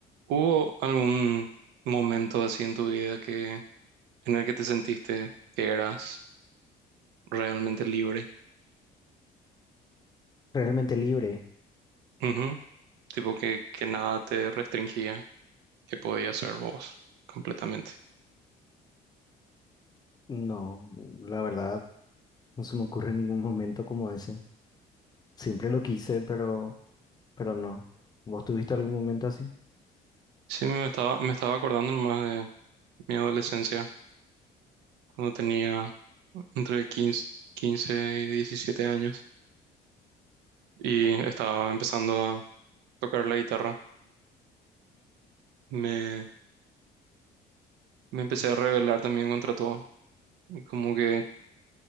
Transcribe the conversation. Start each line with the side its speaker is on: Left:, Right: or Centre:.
Right: ¿Hubo algún momento así en tu vida que en el que te sentiste que eras realmente libre?
Left: Realmente libre.
Right: Ujú. Tipo que, que nada te restringía, que podías ser vos completamente.
Left: No, la verdad, no se me ocurre ningún momento como ese. Siempre lo quise, pero, pero no. ¿Vos tuviste algún momento así?
Right: Sí, me estaba, me estaba acordando más de mi adolescencia, cuando tenía entre 15, 15 y 17 años y estaba empezando a tocar la guitarra. Me, me empecé a rebelar también contra todo. Y Como que